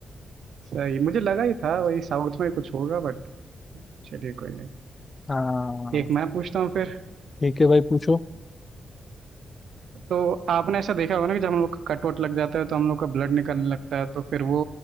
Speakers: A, on the right; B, on the left.
A: सही मुझे लगा ही था वही साउथ में कुछ होगा बट चलिए कोई नहीं
B: हाँ
A: एक मैं पूछता हूँ फिर
B: ठीक है भाई पूछो
A: तो आपने ऐसा देखा होगा ना कि जब हम लोग का कट वट लग जाता है तो हम लोग का ब्लड निकलने लगता है तो फिर वो